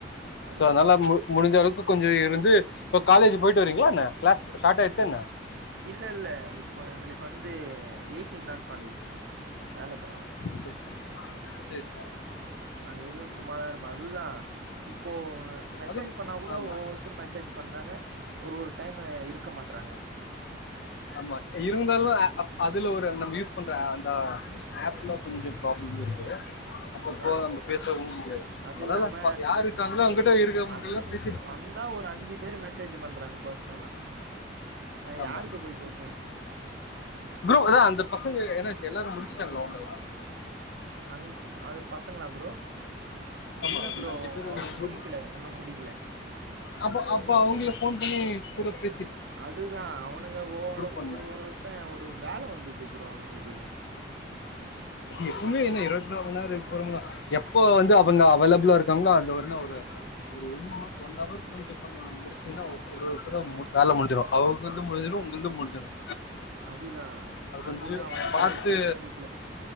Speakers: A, on the right (about 65°); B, on the left (about 60°).
A: அதுதான்.
B: சோ அதனால மு மு முடிஞ்ச அளவுக்கு கொஞ்ச இருந்து இப்ப காலேஜ் போயிட்டு வரீங்களா என்ன கிளாஸ் ஸ்டார்ட் ஆய்ரிச்சா என்ன
A: இல்ல இல்ல இப்போ எங்களுக்கு வந்து எயிட்டீன் தான் காலேஜ் வேலக்கிழம
B: சேர் சேர் சேர் சேர்
A: அது வெறும் சும்மாதான் இருக்கும் அதுதான் இப்போ மெசேஜ்
B: அதுக்கு
A: பண்ணா கூட
B: ஆமா
A: ஓ திரும்ப மெசேஜ் பண்றாங்க ஒரு ஒரு டைம் இருக்க மாட்றாங்க
B: ஆமா இருந்தாலும் அதுல ஒரு நம்ம யூஸ் பண்ற அந்த ஆப்ல கொஞ்சோ ப்ராப்ளம் இருக்கு அப்ப
A: ஆ
B: போ நம்ம பேசவும் முடியாது
A: அது
B: அதெல்லாம்
A: இல்லாம
B: யார் இருக்காங்களோ அவங்ககிட்ட இருக்கிறவங்க
A: வந்
B: ஃபுல்லா பே
A: வந்தா ஒரு அஞ்சு பேரு மெசேஜ் பண்றாங்க பர்சனலா நான்
B: ஆமா
A: யாருக்கு போய் பேசுவேன்
B: ப்ரோ அதான் அந்த பசங்க என்னாச்சு எல்லாரும் முடிச்டாங்களா அவுங்கல்லாம்
A: அங் அந்த பசங்களா ப்ரோ
B: ஆமா
A: இல்ல ப்ரோ
B: அந்த அஞ்சு பேரு
A: அவனுங்க
B: ஒரு குரூப்
A: முடிக்கல இன்னும் முடிக்கல
B: அப்ப அப்ப அவுங்கள போன் பண்ணி கூட பே
A: அதுதான் அவனுங்க போட
B: பண்ண
A: ஒரு ஒருத்தான் ஒரு வேலை வந்தது ப்ரோ அவனுங்களுக்கு
B: எப்பவுமே என்ன இருவத்திநாலு மணி நேரம் இருக்குறோமா எப்போ வந்து அவங்க அவைலபிளா இருக்காங்களோ அந்த ஒன் ஒரு ஒரு ஒன் ஹவ ஒன் ஹவர் கொஞ்சோ பண்ணா முடிச்சிங்கன்னா ஒருத்தர் ஒருத்தர் வேலை முடிஞ்சிடும் அ அவங்கள்து முடிஞ்சிடும் உங்கள்ந்து முடிஞ்சிடும்
A: அதுதான்
B: அது கொஞ்சம்
A: அதுதான் அவனுங்க
B: பாத்து
A: கொஞ்சம் டைம் எடுக்கல